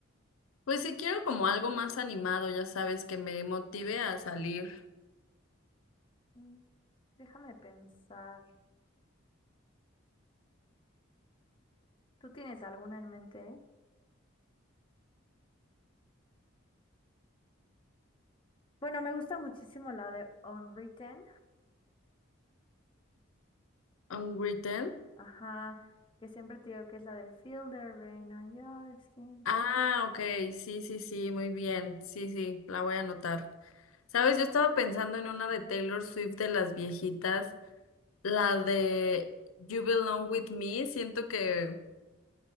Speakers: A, on the left; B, on the left.
A: Pues sí quiero como algo más animado, ya sabes, que me motive a salir.
B: Mm, Déjame pensar. ¿Tú tienes alguna en mente? Bueno, me gusta muchísimo la de Unwritten.
A: Unwritten.
B: Ajá, que siempre te digo que es la de Feel the Rain on Your Skin.
A: Ah, ok, sí, sí, sí, muy bien, sí, sí, la voy a anotar. Sabes, yo estaba pensando en una de Taylor Swift de las viejitas, la de You Belong With Me, siento que,